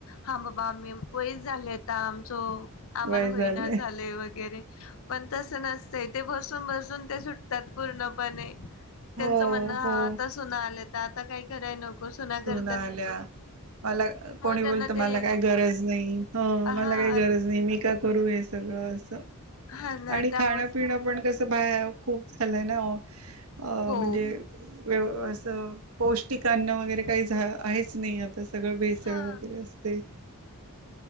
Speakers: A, on the left; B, on the right.
A: हा बाबा आमही वय झालं आता आमचं. आम्हाला
B: वय
A: होईना
B: झालंय
A: झाले वगैरे पण तसं नसतयं ते बसून बसून ते सू त्यात पूर्णपणे त्यांचं
B: हो
A: म्हणणं हा
B: हो
A: आता सुना आलेता आता काही कराय नको को मग सूना
B: सुना
A: कर
B: आल्या मला कोणी
A: त्यांना
B: बोलत
A: ते
B: मला काही गरज नाही
A: हा
B: मला काही गरज नाही मी का करू हे सगळं स
A: हा ना
B: आणि
A: त्यामुळे
B: खाण पिणं पण कसं बाळ खूप झालं आहे ना ओ
A: हो
B: म्हणजे व्य आसं पौष्ट ठिकाण वगैरे काही झा आहेच नाही आता सगळं भेसळ
A: हा
B: वगैरे असते